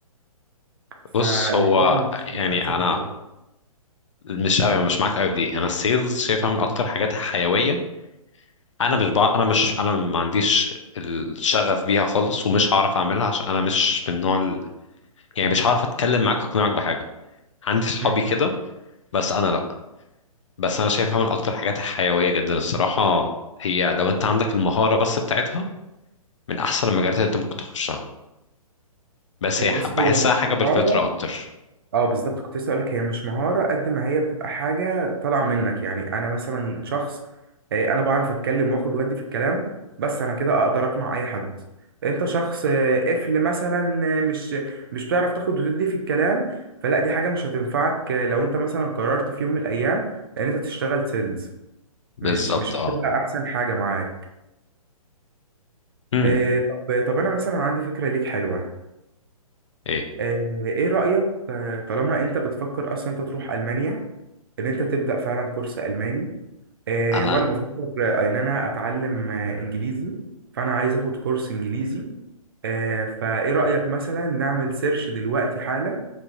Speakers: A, on the right; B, on the left.
A: فالموضوع
B: بص هو
A: مش
B: يعني
A: مش احسن
B: انا
A: حاجه
B: مش قوي مش معاك قوي في دي انا السيلز شايفها من اكتر حاجات حيويه انا مش بقى انا مش انا ما عنديش الشغف بيها خالص ومش هعرف اعملها عشان انا مش من نوع ال... يعني مش هعرف اتكلم معاك اقنعك بحاجه عندي صحابي
A: مم.
B: كده بس انا لا بس انا شايفها من اكتر حاجات حيويه جدا الصراحه هي لو انت عندك المهاره بس بتاعتها من احسن المجالات اللي انت ممكن تخشها بس
A: آه،
B: هي
A: بص
B: ح- بحسها
A: هو مش
B: حاجه
A: مهاره
B: بالفطره اكتر
A: اه بالظبط كنت لسه اقولك هي مش مهارة قد ما هي بتبقى حاجة طالعة منك يعني انا مثلا شخص آه، انا بعرف اتكلم واخد ودي في الكلام بس انا كده اقدر اقنع اي حد انت شخص آه، قفل مثلا آه، مش مش بتعرف تاخد وتدي في الكلام فلا دي حاجة مش هتنفعك آه، لو انت مثلا قررت في يوم من الايام ان انت تشتغل سيلز
B: بالظبط
A: مش مش
B: اه
A: هتبقى احسن حاجة معاك
B: امم
A: آه، طب طب انا مثلا عندي فكرة ليك حلوة
B: ايه
A: آه، ايه رأيك آه، طالما انت بتفكر اصلا انت تروح المانيا ان انت تبدا فعلا كورس الماني آه،
B: انا
A: وانا بفكر آه، ان انا اتعلم آه، انجليزي فانا عايز اخد كورس انجليزي آه، فايه رايك مثلا نعمل سيرش دلوقتي حالا